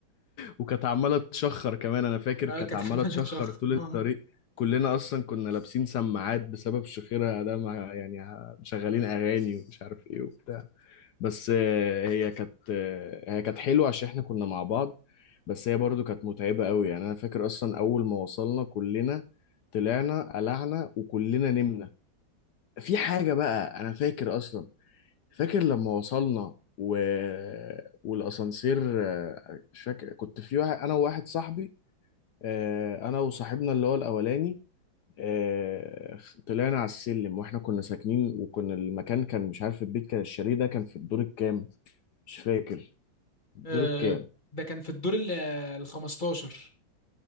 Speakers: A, on the left (about 65°); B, on the left (about 25°).
A: وكانت عماله تشخر كمان انا فاكر
B: اه
A: كانت
B: كانت
A: عماله
B: <laughs> عمالة
A: تشخر
B: تشخر
A: طول
B: آه،
A: الطريق كلنا اصلا كنا لابسين سماعات بسبب شخيرها ده مع يعني ه- مشغلين اغاني ومش عارف ايه وبتاع بس آه، هي كانت آه، هي كانت حلوه عشان احنا كنا مع بعض بس هي برضو كانت متعبه قوي يعني انا فاكر اصلا اول ما وصلنا كلنا طلعنا قلعنا وكلنا نمنا في حاجه بقى انا فاكر اصلا فاكر لما وصلنا و... والاسانسير آه، مش فاكر كنت في واحد انا وواحد صاحبي آه، انا وصاحبنا اللي هو الاولاني آه، طلعنا على السلم واحنا كنا ساكنين وكنا المكان كان مش عارف البيت كان الشاليه ده كان في الدور الكام مش فاكر الدور
B: آه،
A: الكام
B: ده كان في الدور ال ال 15